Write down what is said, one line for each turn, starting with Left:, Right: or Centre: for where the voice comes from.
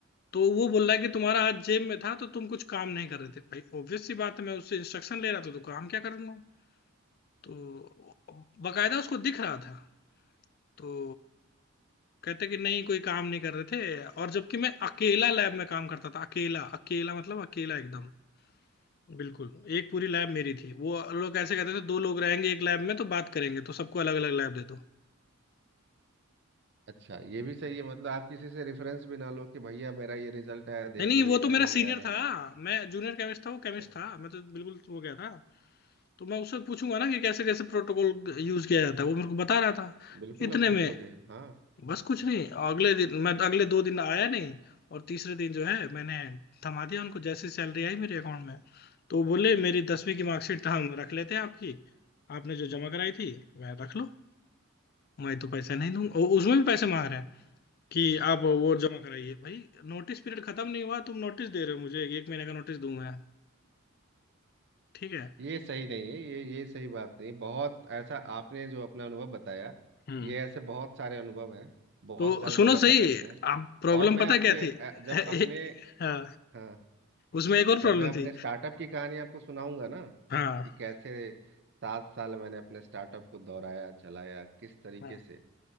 Left: तो वो बोल रहा है कि तुम्हारा हाथ जेब में था तो तुम कुछ काम नहीं कर रहे थे भाई ऑब्वियस सी बात है मैं उससे इंस्ट्रक्शन ले रहा था तो काम क्या करूंगा तो बकायदा उसको दिख रहा था तो कहते कि नहीं कोई काम नहीं कर रहे थे और जबकि मैं अकेला लैब में काम करता था अकेला अकेला मतलब अकेला एकदम बिल्कुल एक पूरी लैब मेरी थी वो लोग ऐसे कहते थे दो लोग रहेंगे एक लैब में तो बात करेंगे तो सबको अलग अलग लैब दे दो
Right: अच्छा ये भी सही है मतलब आप किसी से रेफरेंस भी ना लो कि भैया मेरा ये रिजल्ट आया
Left: नहीं
Right: देख
Left: नहीं
Right: लो
Left: वो
Right: ये सही
Left: तो मेरा सीनियर
Right: है या
Left: था
Right: नहीं
Left: मैं जूनियर केमिस्ट था वो केमिस्ट
Right: अच्छा
Left: था मैं तो बिल्कुल वो गया था तो मैं उससे पूछूंगा ना कि कैसे कैसे प्रोटोकॉल यूज किया जाता है वो मेरे को बता रहा था
Right: बिल्कुल
Left: इतने
Right: आप पूछोगे
Left: में
Right: हाँ
Left: बस कुछ नहीं अगले दिन मैं अगले दो दिन आया नहीं और तीसरे दिन जो है मैंने थमा दिया उनको जैसे सैलरी आई मेरे अकाउंट में तो वो बोले मेरी दसवीं की मार्कशीट हम रख लेते हैं आपकी आपने जो जमा कराई थी मैं रख लो मैं तो पैसे नहीं दूंगा और उसमें भी पैसे मांग रहे हैं कि आप वो जमा कराइए भाई नोटिस पीरियड खत्म नहीं हुआ तुम नोटिस दे रहे हो मुझे एक महीने का नोटिस दूंगा ठीक है
Right: ये सही नहीं है ये ये सही बात नहीं बहुत ऐसा आपने जो अपना अनुभव बताया
Left: हम्म
Right: ये ऐसे बहुत सारे अनुभव हैं बहुत
Left: तो
Right: सारे
Left: सुनो
Right: लोग ऐसा
Left: सही
Right: करते हैं
Left: आप प्रॉब्लम
Right: और मैं
Left: पता
Right: आपको
Left: क्या
Right: ए-
Left: थी
Right: अ- जब
Left: <laughs>
Right: अपने
Left: हाँ
Right: हाँ
Left: उसमें एक और प्रॉब्लम
Right: जब मैं अपने
Left: थी
Right: स्टार्टअप की कहानी आपको सुनाऊंगा ना
Left: हाँ
Right: कि कैसे सात साल मैंने अपने स्टार्टअप को दोहराया चलाया किस तरीके
Left: हाँ
Right: से